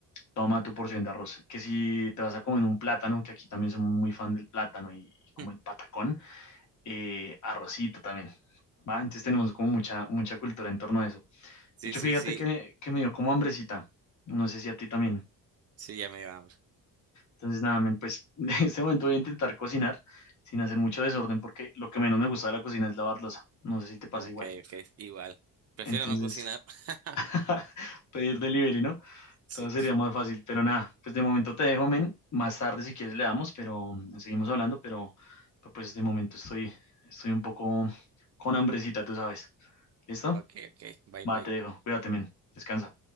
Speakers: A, on the left (about 55°); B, on the right (about 45°).
A: toma tu porción de arroz. Que si te vas a comer un plátano, que aquí también somos muy fan del plátano y, y como
B: <laughs>
A: el patacón, eh, arrocito también. ¿Va? Entonces tenemos como mucha, mucha cultura en torno a eso.
B: Sí,
A: De hecho,
B: sí,
A: fíjate
B: sí,
A: que, que me dio como hambrecita. No sé si a ti también.
B: sí, ya me iba
A: Entonces, nada, men, pues <laughs> en este momento voy a intentar cocinar sin hacer mucho desorden porque lo que menos me gusta de la cocina es lavar loza. No sé si te pasa
B: Ah, Ok,
A: igual.
B: ok, igual. Prefiero
A: Entonces,
B: no cocinar. <laughs>
A: <laughs> pedir delivery, ¿no?
B: Sí.
A: Todo sería más fácil, pero nada, pues de momento te dejo, men. Más tarde si quieres le damos, pero mm, seguimos hablando, pero pero, pues de momento estoy, estoy un poco con hambrecita, tú sabes. ¿Listo?
B: Ok, ok, bye
A: Va,
B: bye.
A: te dejo. Cuídate, men. Descansa.